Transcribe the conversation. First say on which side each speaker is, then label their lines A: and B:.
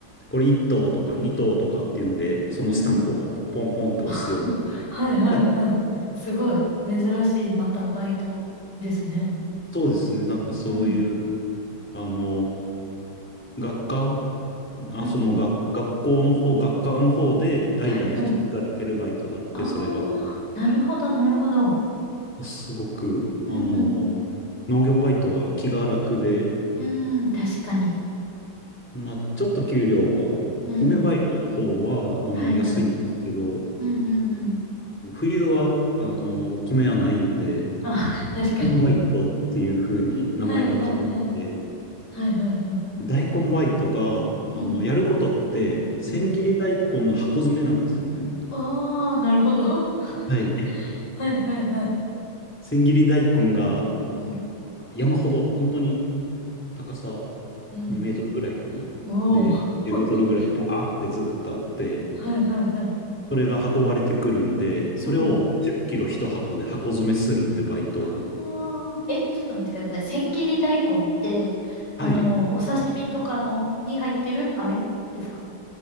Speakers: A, in the centre; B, on the left.
A: これ1等とか2等とかっていうんで、そのスタンプをポンポンポンって押すような。
B: うん。<laughs> はいはいはい。
A: <laughs>
B: すごい。珍しい、またバイトですね。
A: そうですね、なんかそういう、
B: うん。
A: あの、学科、あ、
B: うんうん。
A: その学、学校の方、学科の方で代々引き継がれてるバイトだって、
B: はいはい。あ
A: それが、
B: あ、なるほど、なるほど。
A: すごく、
B: うんうん
A: あの、農業バイトは気が楽で、
B: うん。うーん、確かに。
A: まあ、ちょっと給料は、
B: うん。
A: 米バイトの方は、あの、
B: はいはい。
A: 安いんですけど、
B: うんうんうん。
A: 冬は、あの、米はないんで、
B: あ、<laughs> 確かに。
A: コンバイトっていう風に名前が変わって、
B: はいはいはい。はいはいはい。
A: 大根バイトが、
B: うん。
A: あの、やることって、千切り大根の箱詰めなんですよね。
B: うん。ああ、なるほど。<laughs>
A: はい。
B: はいはいはい。
A: 千切り大根が
B: うん。
A: 山ほど、本当に高さ
B: うん。
A: 2メートルぐらいかな。
B: おお。
A: で、10メートルぐらいバーってずっとあって、
B: <laughs> はいはいはい。
A: それが運ばれてくるんで、それを10キロ1箱で箱詰めするってバイト。
B: うん。はあ。え、ちょっと待ってください。千切り大根って、あの、
A: はい。
B: お刺身とかの、に入ってる、あれですか